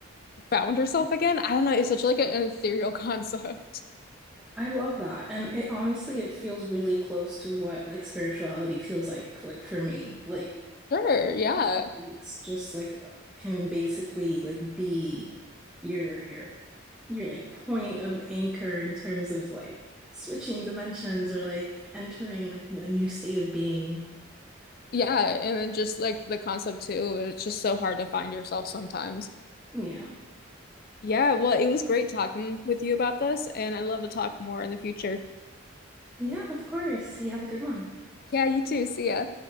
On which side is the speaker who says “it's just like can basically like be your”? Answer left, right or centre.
Centre